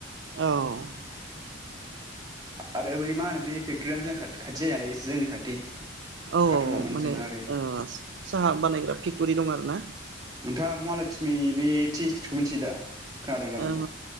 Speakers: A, on the right; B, on the right.
A: औ
B: आरो बै मा होनो बे फेक्ट'रियानो जोंनि खाथि जायो एसे जोंनि खाथि
A: औ
B: कार्टुनाव
A: औ
B: मोनो
A: माने
B: जोंना ओरै
A: ओ साहा बानायग्रा फेक्ट'रि दं आरोना
B: नोंथाङा महा लक्समि बे टि स्टेटखौ मिथियो दा? खोनादों जानांगौ
A: औ